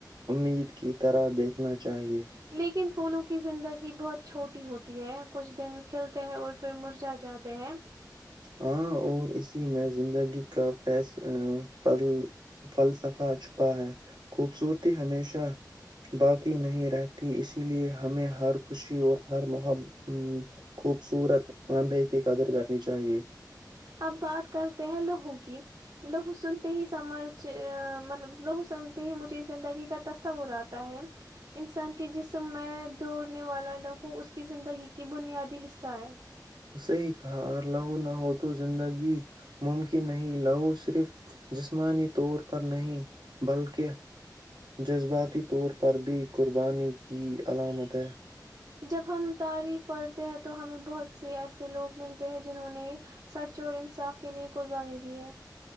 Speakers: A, on the right (about 85°); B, on the right (about 60°).
A: امید کی طرح دیکھنا چاہیے
B: لیکن پھولوں کی زندگی بہت چھوٹی ہوتی ہے کچھ دن کھلتے ہیں اور پھر مرجا جاتے ہیں
A: ہاں اور اسی میں زندگی کا فی ف فلسفہ چھپا ہے خوبصورتی ہمیشہ باقی نہیں رہتی اسی لیے ہمیں ہر خوشی اور ہر محب خوبصورت لمبے کی قدر کرنی چاہیے <unintelligible>
B: اب بات کرتے ہیں لہو کی لہو سنتے ہی سمجھ مطلب ل سمتے ہی مجھے اس زندگی کا <unintelligible> ت سابراتا ہے انسان کے جسم میں دوڑنے والا لہو اس کی زندگی کی بنیادی حصہ ہے <unintelligible>
A: سے ہی کہا اگر لہو نہ ہو تو زندگی ممکن نہیں لہو صرف جسمانی طور پر نہیں بلکہ جذباتی طور پر بھی قربانی کی علامت <unintelligible>
B: جب ہم تاریخ پڑھتے ہیں تو ہمیں بہت سے ایسے لوگ ملتے ہیں جنہوں نے سچ اور انصاف کے لیے قربانی دی ہے <unintelligible>